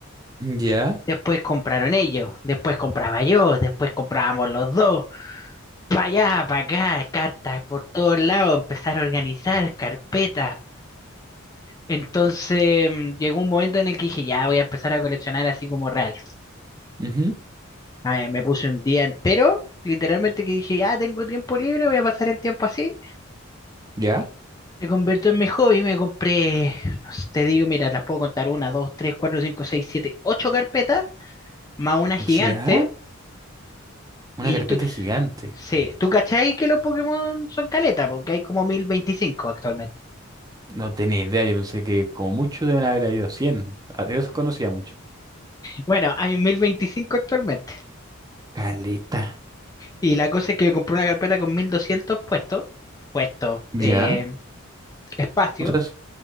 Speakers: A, on the right (about 20°); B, on the left (about 15°).
A: Ya.
B: Después compraron ellos, después compraba yo, después comprábamos los dos. Para allá, para acá, cartas por todos lados, empezar a organizar carpetas. Entonces mm, llegó un momento en el que dije, ya voy a empezar a coleccionar así como real.
A: Ujú,
B: Ah, me puse un día entero, literalmente que dije, ya tengo tiempo libre, voy a pasar el tiempo así.
A: Ya.
B: Se convirtió en mi hobby, me compré, no sé, te digo, mira, las puedo contar, una, dos, tres, cuatro, cinco, seis, siete, ocho carpetas, más una gigante,
A: Ya. Una
B: y
A: carpeta
B: tú,
A: gigante.
B: sí, tú cachai que los Pokémon son caleta, porque hay como 1025 actualmente.
A: No tenía idea. Yo pensé que como mucho deben haber habido 100. A- Yo los conocía mucho.
B: Bueno, hay 1025 actualmente,
A: Caleta.
B: y la cosa es que compré una carpeta con 1200 puestos, puestos,
A: Ya.
B: eh, espacio,
A: O sea, es-